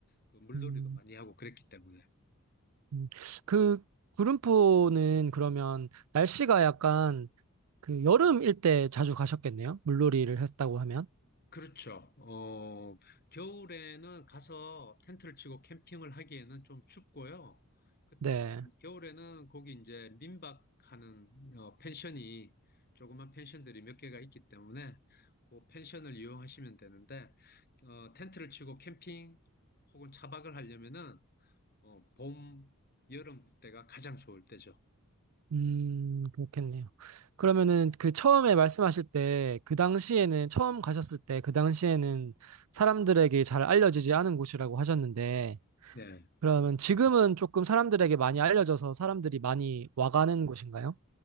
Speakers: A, on the left (about 45°); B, on the right (about 85°).
A: 그 물놀이도
B: 음,
A: 많이 하고 그랬기 때문에.
B: 음. 그 구름포는 그러면 날씨가 약간 그 여름일 때 자주 가셨겠네요? 물놀이를 했다고 하면.
A: 그렇죠. 어, 겨울에는 가서 텐트를 치고 캠핑을 하기에는 좀 춥고요. 그,
B: 네.
A: 겨울에는 거기 이제 민박하는 어, 펜션이 조그만 펜션들이 몇 개가 있기 때문에 그 펜션을 이용하시면 되는데 어, 텐트를 치고 캠핑 혹은 차박을 하려면은 어, 봄, 여름 때가 가장 좋을 때죠.
B: 음, 그렇겠네요. 그러면은 그 처음에 말씀하실 때, 그 당시에는, 처음 가셨을 때, 그 당시에는 사람들에게 잘 알려지지 않은 곳이라고 하셨는데,
A: 네,
B: 그러면 지금은 조금 사람들에게 많이 알려져서 사람들이 많이 와가는 곳인가요?